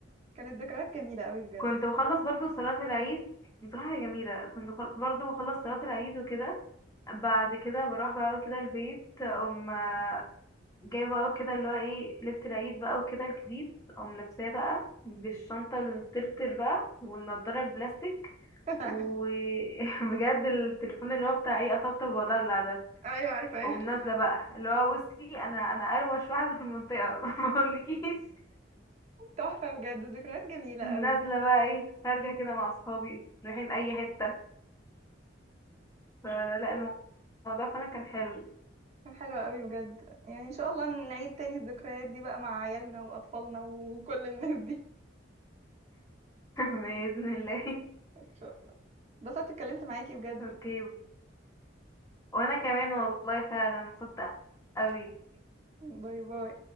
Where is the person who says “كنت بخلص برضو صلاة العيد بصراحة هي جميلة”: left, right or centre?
Left